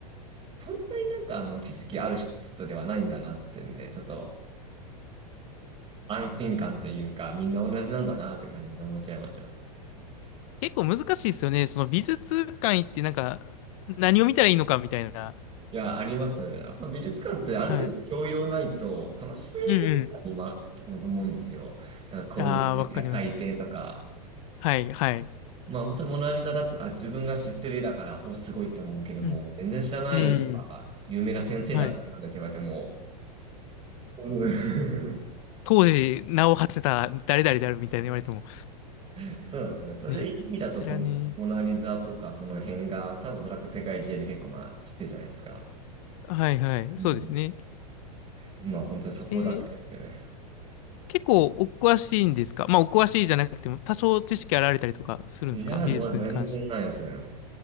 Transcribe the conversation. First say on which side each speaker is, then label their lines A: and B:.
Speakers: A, on the right (about 25°); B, on the left (about 55°).
A: そんなになんか、あの、知識ある人ではないんだなってんで、ちょっと、安心感というか、みんな同じなんだなって感じで思っちゃいましたよ。
B: 結構難しいですよね。その美術館行ってなんか何を見たらいいのかみたいな。
A: いや、あります。やっぱ美術館ってある程度教養ないと楽しめないまと思うんですよ。
B: はい。うん
A: なんかこういう絵が描いてとか。
B: うん。ああ、わかります。はいはい。
A: まあ本当にモナリザだと、あ、自分が知ってる絵だから、お、すごいって思うけども、
B: うん。
A: 全然知らない絵とか、
B: うん。
A: 有名な先生だとかって言われても、
B: はい。
A: うん
B: 当時名を馳せた誰々であるみたいに言われても。
A: <laughs> そうなんですね。ただ意味だと本当にモナリザとかその辺が、
B: ね。知らね
A: 多分おそらく世界中で結構まあ知ってるじゃないですか。
B: え。はいはい。
A: うん
B: そうですね。
A: まあ本当にそこだけですね。
B: えー結構お詳しいんですかまあお詳しいじゃなくても多少知識あられたりとかするんですか美術に関して。
A: いや、でも全然ないですね。